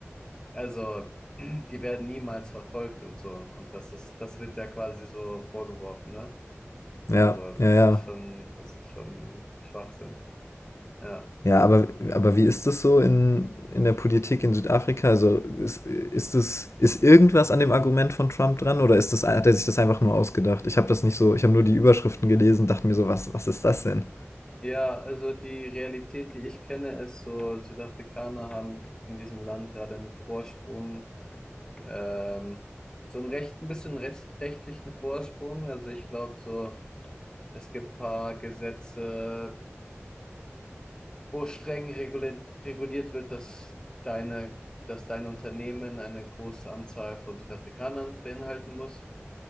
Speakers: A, on the left; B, on the left.
A: also, <clears throat> die werden niemals verfolgt und so. Und das ist, das wird ja quasi so vorgeworfen, ne?
B: Ja,
A: Also, das
B: ja, ja.
A: ist schon, das ist schon Schwachsinn. Ja.
B: Ja, aber, aber wie ist das so in, in der Politik in Südafrika? Also ist, ist das, ist irgendwas an dem Argument von Trump dran oder ist das, hat er sich das einfach nur ausgedacht? Ich habe das nicht so, ich habe nur die Überschriften gelesen, dachte mir so, was, was ist das denn?
A: Ja, also die Realität, die ich kenne, ist so, Südafrikaner haben in diesem Land gerade einen Vorsprung, ähm, so einen recht, ein bisschen recht, rechtlichen Vorsprung. Also ich glaube so, es gibt paar Gesetze, wo streng reguliert, reguliert wird, dass deine, dass dein Unternehmen eine große Anzahl von Südafrikanern beinhalten muss.